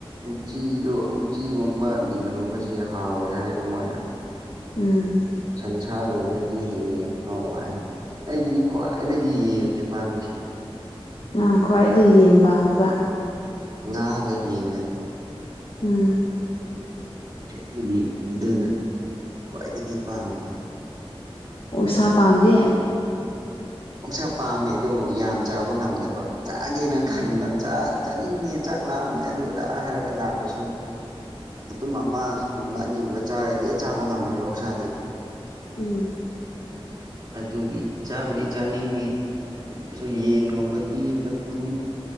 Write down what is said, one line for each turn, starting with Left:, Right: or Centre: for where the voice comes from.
Right: ꯎꯆꯤꯗꯣ ꯎꯆꯤꯒꯨꯝꯕ ꯂꯤꯟꯒꯨꯝꯕ ꯂꯤꯟꯒꯨꯝꯕꯁꯦ ꯍꯥꯎꯋꯦ ꯍꯥꯏ ꯃꯣꯏꯅ꯫
Left: ꯎꯝ꯫
Right: ꯁꯟꯁꯥꯒꯨꯝꯕꯗꯒꯤ ꯍꯦꯜꯂꯦ ꯑꯥꯎꯕ ꯍꯥꯏꯅ ꯑꯩꯒꯤꯗꯤ ꯈ꯭ꯋꯥꯏꯗꯒꯤ ꯌꯦꯟꯟꯅꯦ ꯄꯥꯝꯃꯤꯁꯦ꯫
Left: ꯑ ꯈ꯭ꯋꯥꯏꯗꯒꯤ ꯌꯦꯟ ꯄꯥꯝꯃꯦꯕ꯫
Right: ꯉꯥꯒ ꯌꯦꯟꯒꯗꯣ꯫
Left: ꯎꯝ꯫
Right: ꯑꯩꯒꯤꯗꯤ ꯑꯗꯨꯅ ꯈ꯭ꯋꯥꯏꯗꯒꯤ ꯄꯥꯝꯕꯅꯤ꯫
Left: ꯑꯣꯁꯥ ꯄꯥꯝꯗꯦ꯫
Right: ꯑꯣꯁꯥ ꯄꯥꯝꯃꯦ ꯑꯗꯨꯕꯨ ꯌꯥꯝ ꯆꯥꯕ ꯉꯝꯗꯕ ꯆꯥꯒꯦꯅ ꯈꯟꯕ꯫
Left: ꯎꯝ
Right: ꯆꯥꯛ ꯆꯥꯅꯤꯡꯉꯦ ꯆꯥꯛ ꯂꯥꯝꯃꯦ ꯑꯗꯨ ꯑꯗꯥ ꯍꯥꯏꯔꯒ ꯂꯥꯛꯄꯁꯨ꯫ ꯃꯗꯨꯨꯝ ꯑꯃꯒꯨꯝꯕ ꯑꯅꯤꯒꯨꯝꯕ ꯆꯥꯔꯗꯤ ꯆꯥꯕ ꯉꯝꯃꯔꯣꯏ ꯑꯣꯛꯁꯥꯗꯤ꯫
Left: ꯎꯝ꯫
Right: ꯑꯗꯨꯒꯤ ꯆꯥꯕꯨꯗꯤ ꯆꯥꯅꯤꯡꯉꯤ ꯑꯗꯨꯁꯨ ꯌꯦꯟꯒꯨꯝꯕꯗꯤ ꯃꯇꯨꯝ꯫